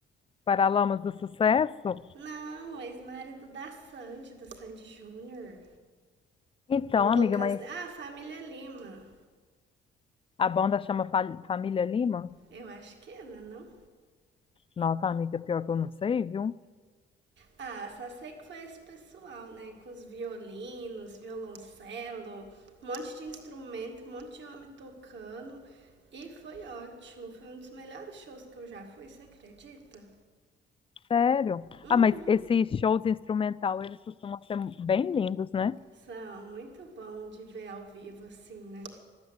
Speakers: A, on the left; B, on the right.
A: Paralamas do Sucesso?
B: Não, o ex-marido da Sandy, do Sandy Júnior.
A: Então,
B: O Lucas.
A: amiga, mas
B: Ah, a família Lima.
A: a banda chama Fa- Família Lima?
B: Eu acho que é, né, não?
A: Nossa, amiga, pior que eu não sei, viu?
B: Ah, só sei que foi esse pessoal, né? Com os violinos, violoncelo, um monte de instrumento, um monte de homem tocando. E foi ótimo, foi um dos melhores shows que eu já fui, você acredita?
A: Sério?
B: Uhum,
A: Ah, mas esses shows instrumental, eles costumam ser bem lindos, né?
B: são muito bom de ver ao vivo assim, né?